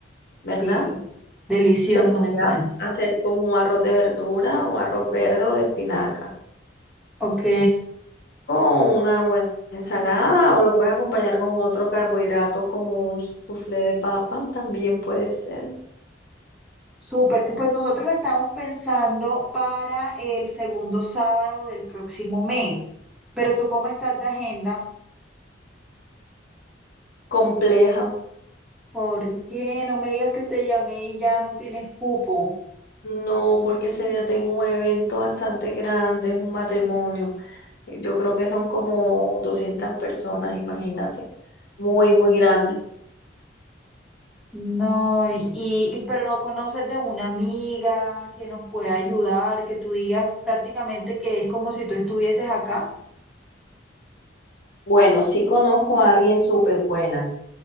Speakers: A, on the left; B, in the centre.
A: ¿verdad?
B: Sí, delicioso
A: Se podría
B: me suena.
A: hacer como un arroz de verdura, un arroz verde o de espinaca.
B: Ok.
A: con una buena ensalada o lo puedes acompañar con otro carbohidrato como un soufflé de papa, también puede ser
B: Súper. Pues nosotros lo estamos pensando para el segundo sábado del próximo mes. Pero tú, ¿cómo estás de agenda?
A: compleja.
B: ¿Por qué no me digas que te llamé y ya no tienes cupo?
A: No, porque ese día tengo un evento bastante grande, es un matrimonio. eh, Yo creo que son como 200 personas, imagínate. Muy, muy grande.
B: No, y, y- pero no conoces de una amiga que nos pueda ayudar, que tú digas prácticamente que es como si tú estuvieses acá.
A: Bueno, sí conozco a alguien súper buena,